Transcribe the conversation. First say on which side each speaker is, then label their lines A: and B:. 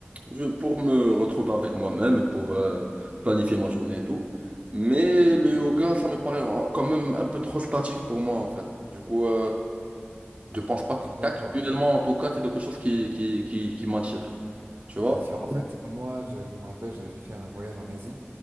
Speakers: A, on the right; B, on the right.
A: je- pour me retrouver avec moi-même, pour euh, planifier ma journée et tout. Mais le yoga, ça me paraît en- quand même un peu trop statique pour moi, en fait. Du coup... euh, je pense pas que-
B: D'accord.
A: qu'actuellement, en tout cas, c'est quelque chose qui, qui, qui, qui m'attire. Tu
B: Qui
A: vois?
B: t'attire. En fait, moi, je, je me rappelle, j'avais fait un voyage en Asie